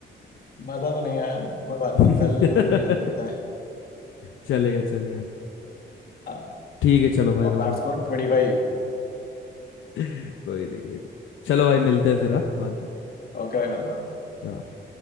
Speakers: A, on the left; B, on the left.
A: मजा तो नहीं आया कोई बात
B: <laughs>
A: नहीं कल देखते
B: चलेगा चलेगा
A: हैं
B: ठीक है चलो बाय
A: Combat
B: बाय भाई
A: score
B: <laughs>
A: ट्वेंटी फाइव
B: कोई नहीं कोई नहीं। चलो भाई मिलते हैं फिर हाँ बाद में
A: ओके भाई मिलता है
B: हाँ।